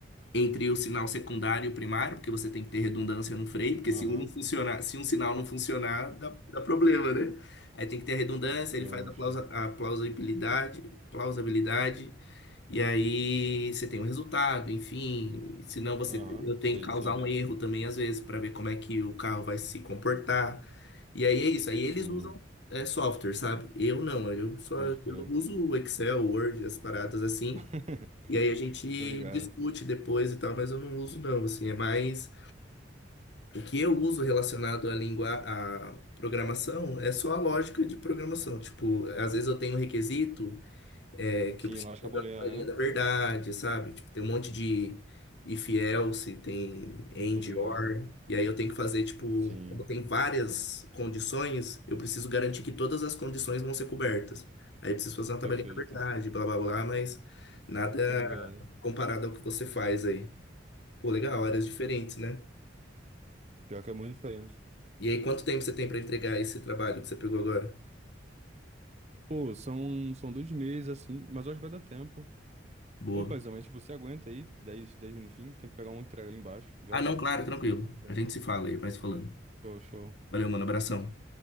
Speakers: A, on the left; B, on the right.
A: entre o sinal secundário e o primário, porque você tem que ter redundância no freio, porque
B: Aham.
A: se um não funcionar, se um sinal não funcionar, dá, dá problema, né? Aí tem que ter redundância, ele
B: Show,
A: faz a,
B: show.
A: plausa, a plausibilidade, plausibilidade e aí você tem um resultado, enfim. Senão você
B: Aham,
A: eu tenho
B: sei,
A: que causar
B: sei.
A: um erro também, às vezes, para ver como é que o carro vai se comportar. E aí é isso. Aí eles
B: Sim,
A: usam é, software, sabe? Eu não, eu só
B: pode crer.
A: eu uso o Excel, Word, as paradas assim.
B: <laughs>
A: E aí a gente
B: Tô ligado.
A: discute depois e tal, mas eu não uso não, assim, é mais o que eu uso relacionado à língua, à programação, é só a lógica de programação. Tipo, às vezes eu tenho um requisito é, que
B: Sim,
A: eu preciso
B: lógica
A: da
B: booleana,
A: da linha
B: né?
A: da verdade, sabe? Tipo, tem um monte de if else, tem and
B: Tô ligado.
A: or, e aí eu tenho que fazer, tipo,
B: Sim,
A: como tem várias condições, eu preciso garantir que todas as condições vão ser cobertas. Aí eu preciso fazer uma tabelinha
B: perfeito.
A: da verdade, blá blá blá, mas nada
B: Tô ligado.
A: comparado ao que você faz aí. Pô, legal, áreas diferentes, né?
B: Pior que é muito diferente.
A: E aí, quanto tempo você tem para entregar esse trabalho que você pegou agora?
B: Pô, são, são dois meses, assim, mas eu acho que vai dar tempo.
A: Boa.
B: Ô, paizão, mas tipo, você aguenta aí dez dez minutinhos, tem que pegar uma entrega ali embaixo, já
A: Ah,
B: volto.
A: não, claro, tranquilo.
B: Rapidão.
A: A gente se fala aí, vai se falando.
B: Show, show.
A: Valeu, mano, abração.